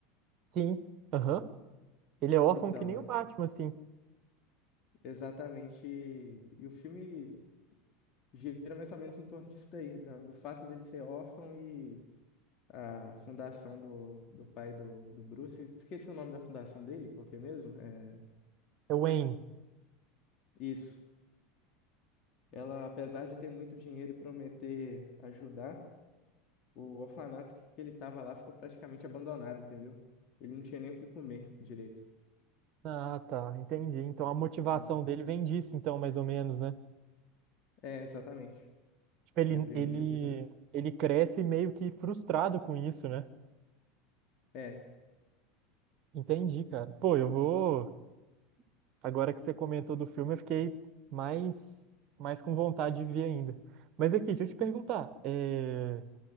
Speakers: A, on the right (about 45°); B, on the left (about 45°).
A: Sim. Aham. Ele é
B: Então,
A: órfão que nem
B: e-
A: o Batman, assim.
B: exatamente. E o filme gira mais ou menos em torno disso daí, da- do fato dele ser órfão e a fundação do, do pai do, do Bruce. Esqueci o nome da fundação dele, qual que é mesmo? É,
A: É o Wayne.
B: isso. Ela, apesar de ter muito dinheiro e prometer ajudar, o orfanato que ele estava lá ficou praticamente abandonado, entendeu? Ele não tinha nem o que comer direito.
A: Ah, tá, entendi. Então a motivação
B: Hum.
A: dele vem disso, então, mais ou menos, né?
B: É, exatamente.
A: Tipo, ele,
B: E a premissa
A: ele,
B: gira.
A: ele cresce meio que frustrado com isso, né?
B: É.
A: Entendi, cara. Pô, eu vou. Agora que você comentou do filme, eu fiquei mais, mais com vontade de ver ainda. Mas aqui, deixa eu te perguntar. é,